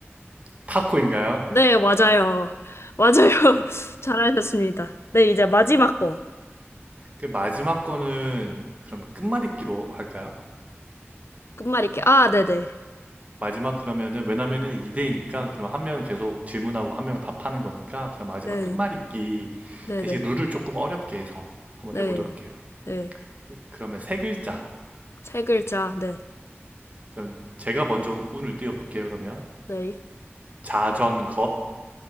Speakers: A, on the right; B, on the left.
A: 타코인가요?
B: 네, 맞아요. 맞아요. <laughs> 잘하셨습니다. 네, 이제 마지막 거.
A: 그 마지막 거는 그럼 끝말잇기로 할까요?
B: 끝말잇기. 아, 네네.
A: 마지막 그러면은 왜냐면은 2대이니까 그럼 한 명은 계속 질문하고 한 명은 답하는 거니까 그럼 마지막
B: 네,
A: 끝말잇기
B: 네네.
A: 대신 룰을 조금 어렵게 해서 한번
B: 네,
A: 해보도록 해요.
B: 네.
A: 그, 그러면 세 글자.
B: 세 글자, 네.
A: 그럼 제가 먼저 운을 띄워볼게요. 그러면
B: 네.
A: 자전거